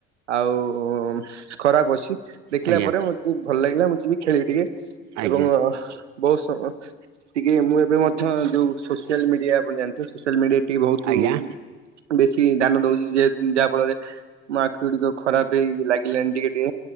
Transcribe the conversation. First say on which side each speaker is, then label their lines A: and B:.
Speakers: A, on the right; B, on the right.
A: ଆଉ ଉ, ଖରାପ ଅଛି। ଦେଖିଲା
B: ଆଜ୍ଞା
A: ପରେ ମୋତ ଯଦି ଭଲ ଲାଗିଲା ମୁଁ ଯିବି ଖେଳିବି ଟିକେ
B: ଆଜ୍ଞା
A: ଏବଂ ବହୁତ ସମ ଟିକେ ମୁଁ ଏବେ ମଧ୍ୟ ଯୋଉ ସୋସିଆଲ ମିଡିଆ ଆପଣ ଜାଣିଥିବେ ସୋସିଆଲ ମିଡ଼ିଆ ଟିକେ ବହୁତ
B: ଆଜ୍ଞା
A: ବେଶୀ ଦାନ ଦଉଚି ଯେହେ ଯାହା ଫଳରେ ମୋ ଆଖି ଗୁଡିକ ଖରାପ ହେଇ ଲାଗିଲାଣି ଟିକେ ଟିକେ